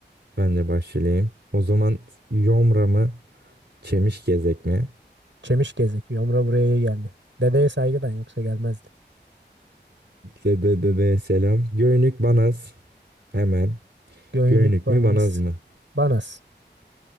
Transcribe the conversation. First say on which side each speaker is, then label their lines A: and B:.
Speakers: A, on the right (about 70°); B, on the right (about 85°).
A: ben de Bahşiliyim. O zaman Yomra mı? Çemişgezek mi?
B: Çemiş gezek. Yomra buraya geldi. Dedeye saygıdan yoksa gelmezdi.
A: Dede dede selam. Göynük Banaz. Hemen.
B: Göynük
A: Göynük
B: banas.
A: mü Banaz mı?
B: Banas.